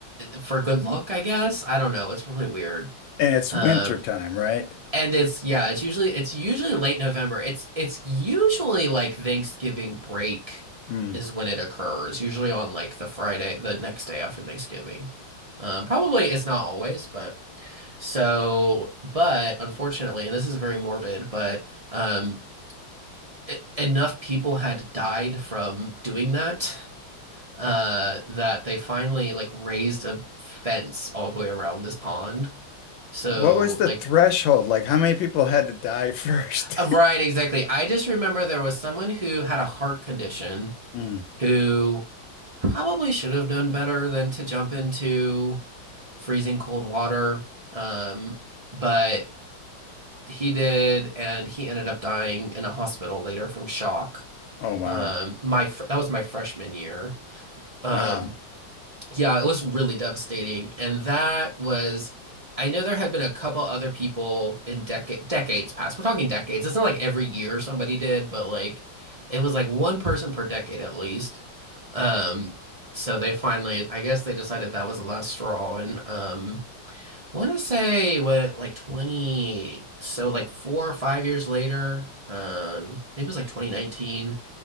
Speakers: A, on the right; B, on the left.
A: for good luck, I guess. I don't know. It's really weird.
B: And it's
A: Um,
B: winter time, right?
A: and it's yeah, it's usually it's usually late November. It's it's usually like Thanksgiving break
B: Hmm.
A: is when it occurs, usually on like the Friday, the next day after Thanksgiving. Um, probably it's not always, but so but unfortunately, and this is very morbid, but um e- enough people had died from doing that uh that they finally like raised a fence all the way around this pond. So
B: What was the
A: like
B: threshold? Like how many people had to die first?
A: Uh, Right, exactly. I just remember there was someone who had a heart condition
B: <laughs> Hmm.
A: who probably should have known better than to jump into freezing cold water. Um, but he did, and he ended up dying in a hospital later from shock.
B: Oh wow.
A: Um, my fr that was my freshman year. Um,
B: Wow.
A: yeah, it was really devastating. And that was, I know there had been a couple other people in decade decades past. We're talking decades. It's not like every year somebody did, but like it was like one person per decade at least. Um, so they finally, I guess they decided that was the last straw. And um, I want to say what like 20, so like four or five years later, um, maybe it was like 2019.